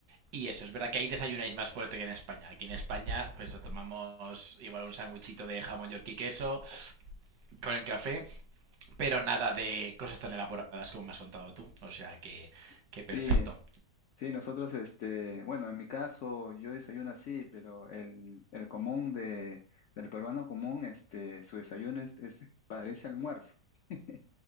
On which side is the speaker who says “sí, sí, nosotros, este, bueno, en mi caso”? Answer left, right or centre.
Left